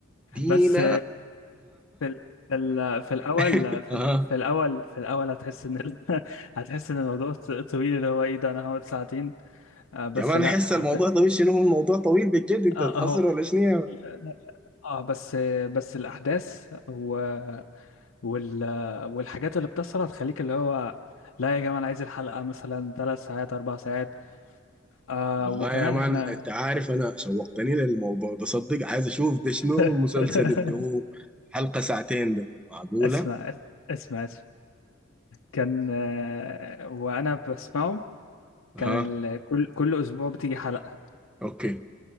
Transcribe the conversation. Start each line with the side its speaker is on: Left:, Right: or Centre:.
Centre: دينك
Left: بس في ال... في ال... في الاول
Centre: <laughs>
Left: في
Centre: آه.
Left: ال... في الاول في الاول هتحس ان ال... <laughs> هتحس ان الموضوع ط- طويل اللي هو ايه ده انا هقعد ساعتين آه بس
Centre: يا مان
Left: لا
Centre: أحس
Left: هت...
Centre: الموضوع طويل شنو هو الموضوع طويل بالجد أنت
Left: اه
Centre: بتهزر
Left: اهو
Centre: ولا شنو يا
Left: لا، اه بس بس الاحداث و... وال... والحاجات اللي بتحصل هتخليك اللي هو لا يا جماعه انا عايز الحلقه مثلا ثلاث ساعات اربع ساعات آه
Centre: والله
Left: وكمان
Centre: يا مان
Left: احنا
Centre: انت عارف انا شوقتني للموضوع ده صدق عايز اشوف ده شنو
Left: <laughs>
Centre: المسلسل اللي هو حلقة ساعتين ده معقولة؟
Left: اسمع اسمع اسمع كان آه، وانا بسمعه
Centre: اها
Left: كان ال... كل كل اسبوع بتيجي حلقه
Centre: اوكي